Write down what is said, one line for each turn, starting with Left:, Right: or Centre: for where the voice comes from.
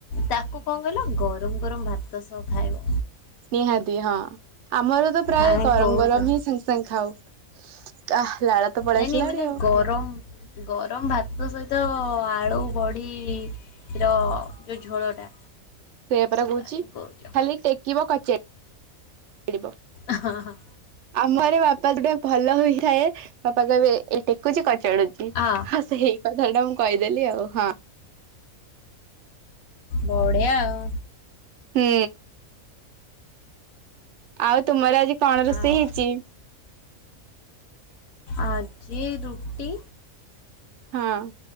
Left: ତାକୁ କଣ କହିଲ ଗରମ ଗରମ ଭାତ ସହ ଖାଇବ।
Right: ନିହାତି ହଁ ଆମର ତ ପ୍ରାୟେ
Left: କାହିଁ
Right: ଗରମ
Left: କହୁଛ?
Right: ଗରମ ହିଁ ସାଙ୍ଗେ ସାଙ୍ଗେ ଖାଉ। ତା ଲାଳ ତ ପଳେଇ
Left: ନାଇଁ
Right: ଆସିଲାଣି
Left: ନାଇଁ ମାନେ
Right: ଆଉ।
Left: ଗରମ ଗରମ ଭାତ ସହିତ ଆଳୁ ବଢି ର ଯୋଉ ଝୋଳଟା
Right: ସେୟା ପରା କୋହୁଚି
Left: କାହିଁ କହୁଛ
Right: ଖାଲି ଟେକିବ କଚା-ଡିବ
Left: ହଁ ହଁ।
Right: ଆମର ବାପା ଗୋଟେ ଭଲ ହୋଇଥାଏ ବାପା କହିବେ ଏ ଟେକୁଚି କଚାଡୁ ଉଁ
Left: ଆ
Right: ହଁ ସେଇ କଥାଟା ମୁଁ କହିଦେଲି ଆଉ ହଁ।
Left: ବଢିଆ ଆଉ।
Right: ହୁଁ। ଆଉ ତୁମର ଆଜି କଣ ରୋଷେଇ
Left: ଆଉ
Right: ହେଇଚି?
Left: ଆଜି ରୁଟି
Right: ହଁ।